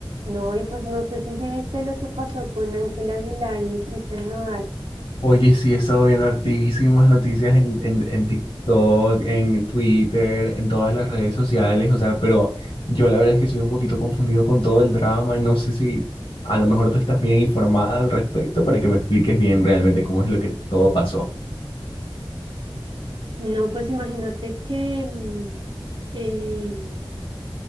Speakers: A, on the right; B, on the left.
A: No, y pues no sé si, si viste lo que pasó con Ángel Aguilar y Cristian Nodal.
B: Oye, sí, he estado viendo hartísimas noticias en, en, en TikTok, en Twitter, en todas las redes sociales, o sea, pero yo la verdad es que estoy un poquito confundido con todo el drama y no sé si a lo mejor tú estás bien informada al respecto para que me expliques bien realmente cómo es lo que todo pasó.
A: No, pues imagínate que, mm, em,